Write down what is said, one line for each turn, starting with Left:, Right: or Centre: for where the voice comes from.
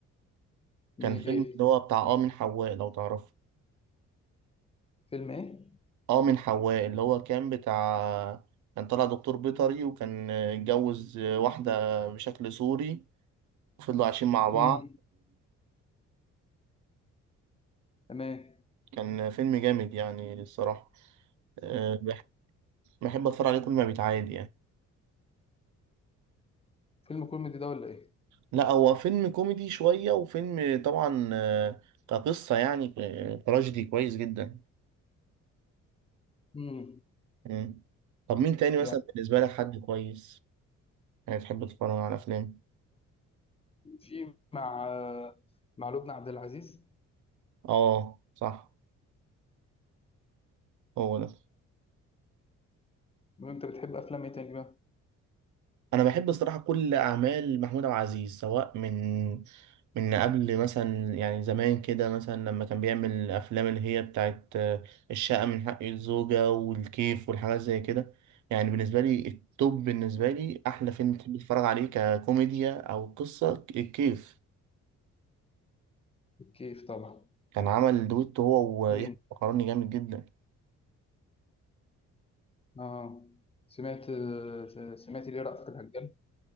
Left: مي
Right: كان فيلم
Left: ايه
Right: اللي هو بتاع آه من حواء لو تعرفه
Left: فيلم ايه
Right: آه من حواء اللي هو كان بتاع كان طالع دكتور بيطري وكان اتجوز واحدة بشكل سوري وفضلوا عايشين مع بعض
Left: امم تمام
Right: كان فيلم جامد يعني الصراحة أه، بح- بحب أتفرج عليه كل ما بيتعاد يعني
Left: فيلم كوميدي ده ولا ايه
Right: لا هو فيلم كوميدي شوية وفيلم طبعا آه، كقصة يعني آه، تراجيدي كويس جدا
Left: امم
Right: مم. طب مين تاني
Left: يعني
Right: مثلا بالنسبة لك حد كويس يعني تحب تتفرج على أفلام
Left: في مع مع لبنى عبد العزيز
Right: اه صح هو ده
Left: لو انت بتحب افلام ايه تاني بقى
Right: انا بحب الصراحه كل اعمال محمود عبد العزيز سواء من من قبل مثلا يعني زمان كده مثلا لما كان بيعمل الافلام اللي هي بتاعت آه، الشقه من حق الزوجه والكيف والحاجات زي كده يعني بالنسبه لي التوب بالنسبه لي احلى فيلم بحب اتفرج عليه ككوميديا او قصه الكيف
Left: كيف طبعا
Right: كان عمل دويتو هو ويحيى
Left: امم
Right: الفخراني جامد جدا
Left: اه سمعت آه، سمعت ليه رأفت الهجان